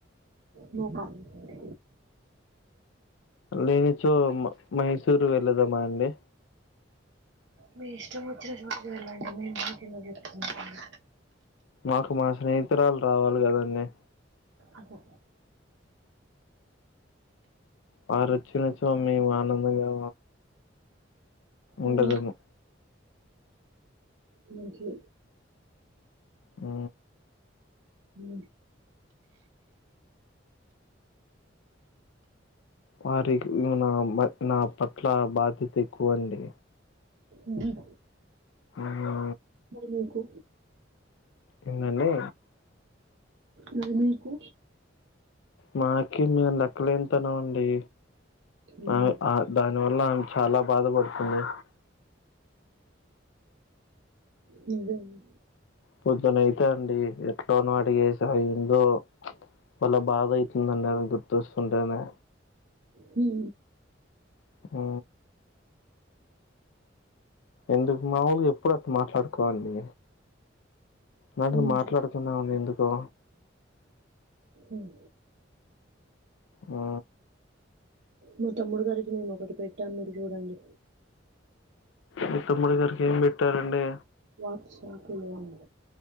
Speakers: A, on the right; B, on the left.
A: నో కామెంట్స్ అండి
B: లేనిచో మ మైసూరు వెళ్ళదామా అండి
A: మీ ఇష్టం వచ్చిన చోట్కి వెళ్ళండి మీ మాకు ఎందో చెప్తున్నారు
B: మాకు మా స్నేహితురాలు రావాలి కదండి
A: అబో
B: వారు వచ్చిన చో మేము ఆనందంగా ఉండదము
A: ఉమ్, మంచి
B: ఊ
A: ఊ
B: వారి నా మ నా పట్ల బాధ్యత ఎక్కువండి
A: ఉమ్.
B: ఉహు
A: మరి మీకు
B: ఏందండి
A: మరి మీకు
B: మాకి మేం లెక్కలేన్ తనమండి
A: ఉమ్,
B: అవి ఆ దాని వల్ల ఆమె చాలా బాధపడుతుంది
A: నిజమే
B: పొద్దున అయితే అండి ఎట్లోనో అడిగేసా ఏందో వల్ల బాధ అయితుందండి గుర్తొస్తుంటేనే
A: హూ
B: ఊ ఎందుకు మాముూలుగా ఎప్పుడు అట్ మాట్లాడుకోవండి నడుమ
A: మంచిది
B: మాట్లాడుతున్నావని ఎందుకో
A: ఉమ్.
B: ఆ
A: మీ తమ్ముడు గారికి మేము ఒకటి పెట్టాం మీరు చూడండి
B: మీ తమ్ముడి గారికి ఏం పెట్టారండి
A: వాట్సాప్లో అండి